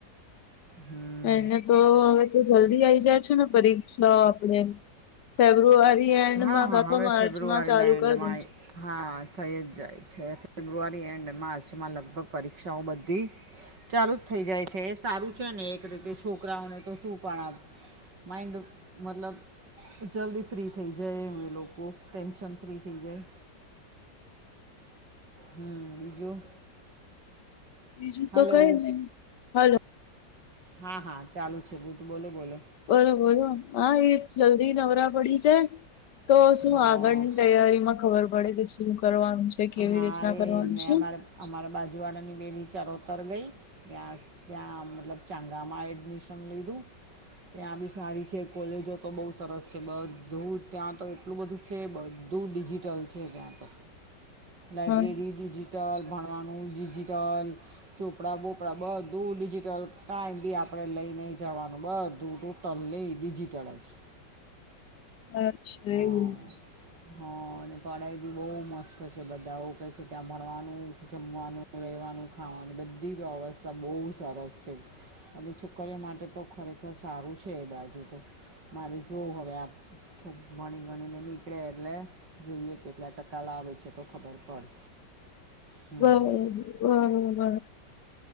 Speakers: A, on the right; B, on the left.
A: હમ્મ.
B: એને તો હવે તો જલ્દી આવી જાય છે ને પરીક્ષા આપણેે. ફેબ્રુઆરી એન્ડમાં
A: હા હા
B: કાં તો
A: હવે
B: માર્ચમાં
A: ફેબ્રુઆરીના
B: ચાલુ
A: એન્ડમાં
B: કરી દે છે.
A: હા થઈ જ જાય છે ફેબ્રુઆરી એન્ડ માર્ચમાં લગભગ પરીક્ષાઓ બધી ચાલુ જ થઈ જાય છે એ સારું છે ને એક રીતે છોકરાઓને તો શું પણાવ માઈન્ડ મતલબ જલ્દી જય મે લોકો કો ટેન્શન ફ્રી થય જાય. હમ્મ બીજું.
B: બીજું તો
A: હલો
B: કઈ નહી. હલો
A: હા હા ચાલુ છે બુદ્ધુ બોલો બોલો.
B: બરોબર હા એ જલ્દી નવરા પડી ગઈ. તો શું
A: હા
B: આગળની તૈયારીમાં ખબર પડે કે શું કરવાનું છે. કેવી
A: હા
B: રીતના
A: એ
B: કરવાનું
A: ને
B: છે.
A: અમારા અમારા બાજુવાળાની બે બિચારોતર ગઈ. ત્યા ત્યાં મતલબ ચાંગામાં એડમિશન લીધું ત્યાં બી સારી છે કોલેજો તો બહુ સરસ છે બધું ત્યાં તો એટલું બધું છે બધું ડિજિટલ છે ત્યાં તો. લાબ્રેરી
B: હા
A: ડિજિટલ, ભણવાનું ડિજિટલ ચોપડાં બોપડાં બધું ડિજિટલ કાઈ બી આપણે લઈ નહી જવાનું બધું ટલલે <unintelligible> એ ડીજીટલ છે.
B: અચ્છા
A: હા
B: એવુ.
A: હા અને પઢાઈ બી બહુ મસ્ત છે બધા કે છે ત્યાં ભણવાનું, જમવાનું રેવાનું, ખાવાનું બધી વ્યવસ્થા બહુ સરસ છે. અને છોકરીઓ માટે તો ખરેખર સારું છે એ બાજુ તો મારે જુવઓ હવે આપ ખૂબ ભણી ગણીને નીકળે એટલે જોઈએ કેટલા ટકા લાવે છે તો ખબર પડે. હમ
B: બરાબર બરોબર.